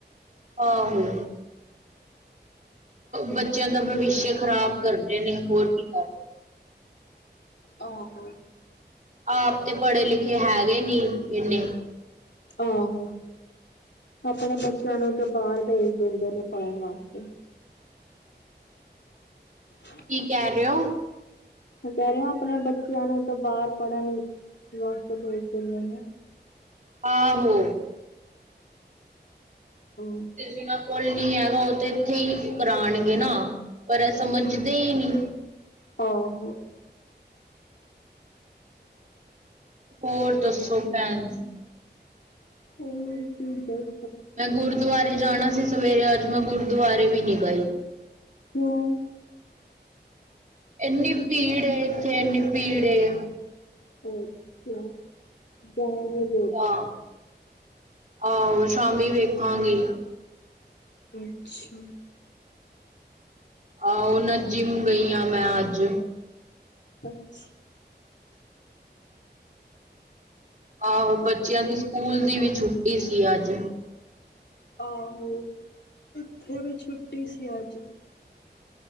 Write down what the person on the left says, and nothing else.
ਆਹੋ
ਓਹੋ ਆਪਣੇ ਬੱਚੇਆ ਨੂੰ ਤੇ ਬੱਰ ਭੇਜ ਦਿੰਦੇ ਨੇ ਪੜਨ ਵਾਸਤੇ। <inaudible>
ਮੈਂ ਕੈ ਰੇਆ ਅਪਣੇ ਬੱਚੇਆਂ ਨੂੰ ਤੇ ਬਾਰ ਪੜ੍ਹਨ, ਵਾਸਤੇ ਬੋਲ ਭੇਜ ਦਿੰਦੇ ਨੇ
ਓ
ਆਹੋ
ਫੇਰ ਕੀ ਬਸ
<unintelligible>
ਅੋਰ ਕਯਾ <unintelligible>
ਅੱਛਾ
ਅਛ
ਆਹੋ, ਇੱਥੇ ਵੀ ਛੁੱਟੀ ਸੀ ਅੱਜ